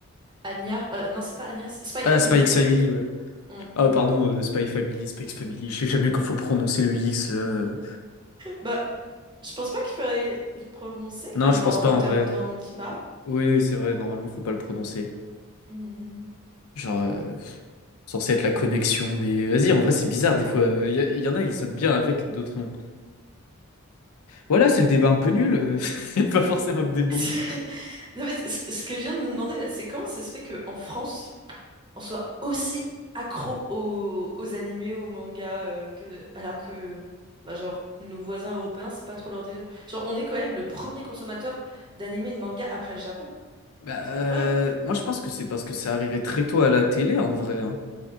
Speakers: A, on the right (about 20°); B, on the left (about 80°).
A: Anya, euh, non c'est pas Anya, c'est Spy
B: Ah,
A: Family.
B: Spike Family, ouais.
A: Hmm.
B: Ah, pardon, euh, Spy Family, Spike Family. Je sais jamais quand faut prononcer le X, là. Euh,
A: Bah je pense pas qu'il fallait le prononcer
B: Non,
A: comme
B: je
A: dans
B: pense pas
A: Hunter
B: en vrai.
A: x Hunter on le dit pas.
B: Oui, oui, c'est vrai. Normalement, faut pas le prononcer.
A: Hmm.
B: Genre, euh, censé être la connexion. Mais vas-y, en vrai, c'est bizarre des fois. Il y, a- y en a qui sonnent bien avec d'autres noms. Voilà, c'est le débat un peu nul. Il <laughs> a pas forcément que des bons.
A: <laughs> Non, mais c- c- ce que je viens de me demander, là, c'est comment ça se fait qu'en France, on soit aussi accro aux, aux animés, aux mangas, euh, que... alors que, bah, genre, nos voisins européens, c'est pas trop leur délire. Genre, on est quand même le premier consommateur d'animés et de mangas après le Japon.
B: Bah,
A: C'est
B: euh,
A: incroyable.
B: moi, je pense que c'est parce que c'est arrivé très tôt à la télé, en vrai. hein.